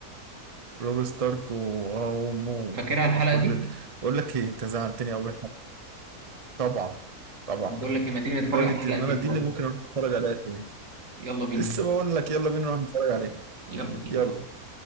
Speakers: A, on the right; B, on the right.
A: روب ستارك و- وامه
B: فاكرها الحلقة
A: وكل
B: دي؟
A: ال... بقول لك ايه انت زعلتني قوي طبعا طبعا
B: بقول
A: فاكر
B: لك لما تيجي نتفرج
A: لدرجه
B: على الحلقة
A: ان
B: دي
A: انا
B: دلوقتي
A: دي اللي ممكن اروح اتفرج عليها تاني
B: يلا بينا
A: لسه بقول لك يلا بينا نروح نتفرج عليها
B: يلا بينا
A: يلا